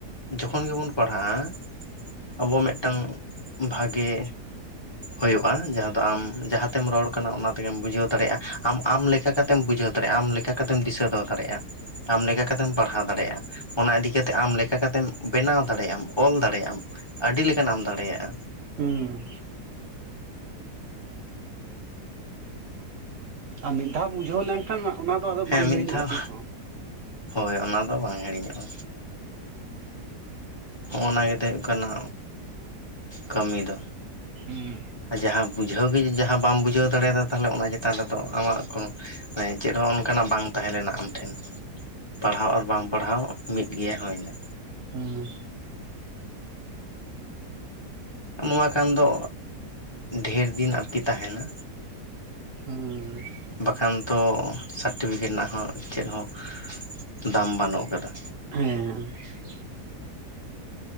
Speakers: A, on the left (about 25°); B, on the right (about 65°).
A: ᱡᱚᱠᱷᱚᱱ ᱜᱮᱵᱚᱱ ᱯᱟᱲᱦᱟᱜᱼᱟ, ᱟᱵᱚ ᱢᱤᱫᱴᱟᱝ ᱵᱷᱟᱜᱮ ᱦᱳᱭᱳᱜᱼᱟ ᱡᱟᱦᱟᱸ ᱫᱚ ᱟᱢ ᱡᱟᱦᱟᱸᱛᱮᱢ ᱨᱚᱲ ᱠᱟᱱᱟ ᱚᱱᱟ ᱛᱮᱜᱮᱢ ᱵᱩᱡᱷᱟᱹᱣ ᱫᱟᱲᱮᱭᱟᱜᱼᱟ, ᱟᱢ ᱟᱢ ᱞᱮᱠᱟ ᱞᱮᱠᱟᱛᱮᱢ ᱵᱩᱡᱷᱟᱹᱣ ᱫᱟᱲᱮᱭᱟᱜᱼᱟ ᱟᱢ ᱞᱮᱠᱟ ᱞᱮᱠᱟᱛᱮᱢ ᱫᱤᱥᱟᱹ ᱫᱚᱦᱚ ᱫᱟᱲᱮᱭᱟᱜᱼᱟ ᱟᱢ ᱞᱮᱠᱟᱢ ᱯᱟᱲᱦᱟᱣ ᱫᱟᱲᱮᱭᱟᱜᱼᱟ, ᱚᱱᱟ ᱤᱫᱤ ᱠᱟᱛᱮᱜ ᱟᱢ ᱞᱮᱠᱟ ᱠᱟᱛᱮᱢ ᱵᱮᱱᱟᱣ ᱫᱟᱲᱮᱭᱟᱜ ᱟᱢ ᱚᱞ ᱫᱟᱲᱮᱭᱟᱜ ᱟᱢ ᱟᱹᱰᱤ ᱞᱮᱠᱟᱱᱟᱜ ᱮᱢ ᱫᱟᱲᱮᱭᱟᱜᱼᱟ᱾
B: ᱦᱩᱸ᱾ ᱟᱨ ᱢᱤᱫ ᱫᱷᱟᱣ ᱵᱩᱡᱷᱟᱹᱣ ᱞᱮᱱᱠᱷᱟᱱ ᱚᱱᱟ ᱫᱚ ᱟᱫᱚ
A: ᱦᱮᱸ
B: ᱵᱟᱝ
A: ᱢᱤᱫ
B: ᱦᱤᱲᱤᱧᱚᱜᱼᱟ
A: ᱫᱷᱟᱣ
B: ᱛᱤᱥ ᱦᱚᱸ᱾
A: ᱦᱳᱭ ᱚᱱᱟ ᱫᱚ ᱵᱟᱝ ᱦᱤᱲᱤᱧᱚᱜᱼᱟ᱾ ᱦᱚᱸᱜᱼᱱᱟ ᱜᱮᱛᱚ ᱦᱩᱭᱩᱜ ᱠᱟᱱᱟ ᱠᱟᱹᱢᱤ ᱫᱚ᱾
B: ᱦᱩᱸ
A: ᱡᱟᱦᱟᱸ ᱵᱩᱡᱷᱟᱹᱣ ᱜᱮ ᱡᱟᱦᱟᱸ ᱵᱟᱢ ᱵᱩᱡᱷᱟᱹᱣ ᱫᱟᱲᱮᱭᱟᱫᱟ ᱛᱟᱦᱚᱞᱮ ᱚᱱᱟ ᱪᱮᱛᱟᱱ ᱨᱮᱫᱚ ᱟᱢᱟᱜ ᱠᱳᱱᱳ ᱪᱮᱫ ᱦᱚᱸ ᱚᱱᱠᱟᱱᱟᱜ ᱵᱟᱝ ᱛᱟᱦᱮᱸ ᱞᱮᱱᱟ ᱟᱢ ᱴᱷᱮᱱ᱾ ᱯᱟᱲᱦᱟᱣ ᱟᱨ ᱵᱟᱝ ᱯᱟᱲᱦᱟᱣ ᱢᱤᱫᱜᱮᱭᱟ ᱦᱩᱭ ᱱᱟ᱾
B: ᱦᱩᱸ᱾
A: ᱱᱚᱣᱟ ᱠᱷᱟᱱ ᱫᱚ ᱰᱷᱮᱨ ᱫᱤᱱ ᱟᱨᱠᱤ ᱛᱟᱦᱮᱸᱱᱟ,
B: ᱦᱩᱸ᱾ <unintelligible>
A: ᱵᱟᱠᱷᱟᱱ ᱛᱚ ᱥᱟᱨᱴᱤᱯᱷᱤᱠᱮᱴ ᱨᱮᱱᱟᱜ ᱦᱚᱸ ᱪᱮᱫ ᱦᱚᱸ ᱫᱟᱢ ᱵᱟᱹᱱᱩᱜ ᱠᱟᱫᱟ᱾
B: <unintelligible>